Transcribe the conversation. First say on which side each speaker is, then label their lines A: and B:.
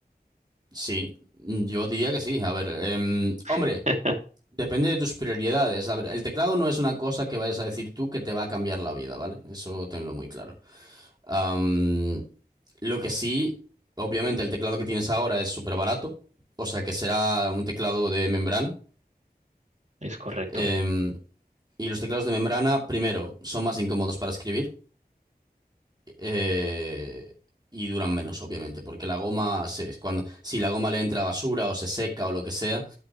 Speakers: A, on the right; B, on the right.
A: Sí, yo diría que sí. A ver, em, hombre.
B: <laughs>
A: Depende de tus prioridades. A ver, el teclado no es una cosa que vayas a decir tú que te va a cambiar la vida, ¿vale? Eso tenlo muy claro. Am, lo que sí, obviamente el teclado que tienes ahora es súper barato, o sea que será un teclado de membrana.
B: Es correcto.
A: Em, y los teclados de membrana, primero, son más incómodos para escribir eh, y duran menos, obviamente, porque la goma, se- cuando, si la goma le entra basura o se seca o lo que sea,